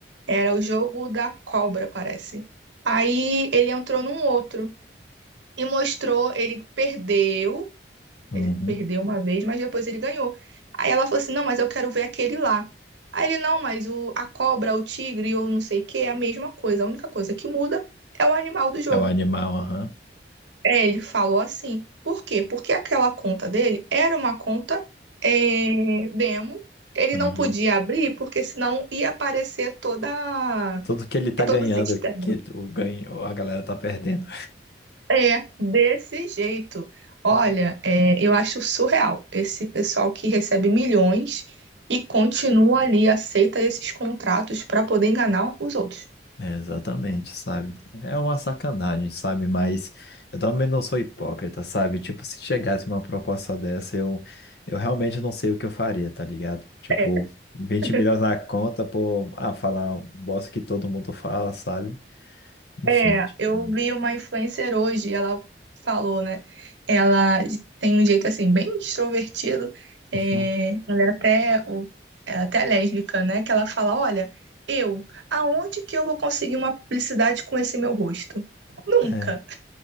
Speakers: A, on the right (about 90°); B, on the left (about 65°).
A: Era o jogo da cobra, parece. Aí ele entrou num outro e mostrou, ele perdeu.
B: uhum.
A: Ele perdeu uma vez, mas depois ele ganhou. Aí ela falou assim: não, mas eu quero ver aquele lá. Aí ele: não, mas o, a cobra, o tigre ou não sei o que é a mesma coisa. A única coisa que muda é o animal do jogo.
B: É o animal, aham.
A: É, ele falou assim. Por quê? Porque aquela conta dele era uma conta é, demo. Ele
B: aham.
A: não podia abrir, porque senão ia aparecer toda,
B: Tudo que ele tá ganhando,
A: todo o sistema.
B: que o ganho, a galera tá perdendo.
A: É, desse jeito. Olha,
B: <laughs>
A: é, eu acho surreal esse pessoal que recebe milhões e continua ali, aceita esses contratos para poder enganar os outros.
B: É, exatamente, sabe? É uma sacanagem, sabe? Mas eu também não sou hipócrita, sabe? Tipo, se chegasse uma proposta dessa, eu, eu realmente não sei o que eu faria, tá ligado? Tipo,
A: É,
B: 20
A: <laughs>
B: milhões na conta por, ah, falar um bosta que todo mundo fala, sabe? Enfim,
A: é,
B: tipo,
A: eu vi uma influencer hoje, ela falou, né? Ela tem um jeito assim, bem extrovertido. é,
B: uhum.
A: ela é até, o- ela é até lésbica, né? Que ela fala: Olha, eu, aonde que eu vou conseguir uma publicidade com esse meu rosto? Nunca.
B: É,